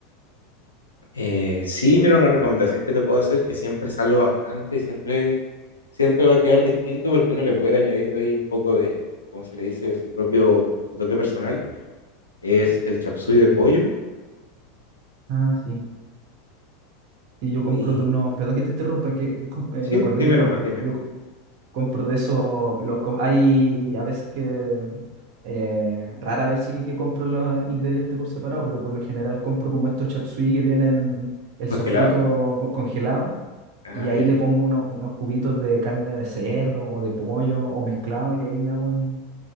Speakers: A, on the left; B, on the right.
A: Eh, sí, mira, una recomendación que te puedo hacer que siempre salgo bastante y siempre, siempre va a quedar distinto porque uno le puede ir añadiendo ahí un poco de, como se le dice, su propio, su toque personal, es el chapsui de pollo.
B: Ah, sí. Sí, yo compro
A: Y
B: de uno, perdón que te interrumpa, es que com- eh,
A: Sí,
B: me acordé
A: dime
B: que compro,
A: nomás, dime.
B: yo co- compro de esos, los com- hay a veces que, eh, rara vez sí que compro los ingredientes por separado, pero por lo general compro como estos chapsui que vienen el
A: ¿Congelado?
B: sofrito co- congelado
A: Ah,
B: y ahí
A: ya.
B: le pongo uno- unos cubitos de carne de cerdo o de pollo o mezclado y ahí me hago en...